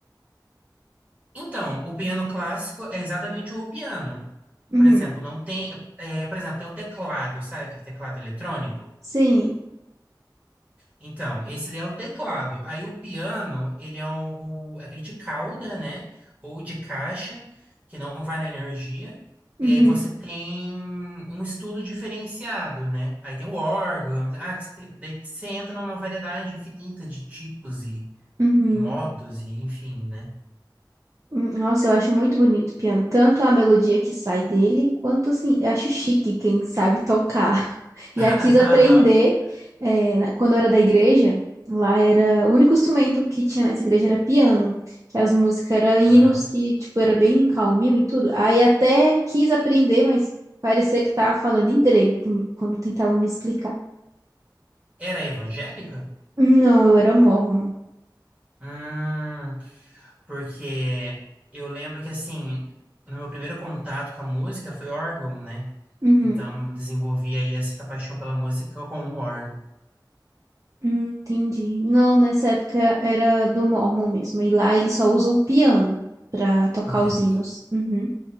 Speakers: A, on the right; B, on the right.
A: Então, o piano clássico é exatamente o piano.
B: Uhum.
A: Por exemplo, não tem, é, por exemplo, tem o teclado, sabe aquele teclado eletrônico?
B: Sim.
A: Então, esse daí é o teclado. Aí o piano, ele é um, aquele de cauda, né? Ou de caixa, que não vai na energia.
B: Uhum.
A: E aí você tem um estudo diferenciado, né? Aí tem o órgão. Ah, que você tem- daí você entra numa variedade infinita de tipos e,
B: Uhum.
A: e modos, e enfim, né?
B: Hum, Nossa, eu acho muito bonito o piano. Tanto a melodia que sai dele, quanto assim, eu acho chique quem sabe tocar. <laughs> Já
A: <laughs>
B: quis aprender, eh, na- quando eu era da igreja, lá era. O único instrumento que tinha nessa igreja era piano, que as músicas eram hinos
A: Aham.
B: que, tipo, era bem calminho e tudo. Aí até quis aprender, mas parecia que tava falando em grego comigo, quando tentavam me explicar.
A: Era evangélica?
B: Não, eu era mórmon.
A: Hum. Porque eu lembro que, assim, no meu primeiro contato com a música foi órgão, né?
B: Uhum.
A: Então, eu desenvolvi aí essa paixão pela música com o órgão.
B: Hum, entendi. Não, nessa época era do Mormon mesmo. E lá eles só usam piano pra tocar
A: Entendo,
B: os hinos. Uhum.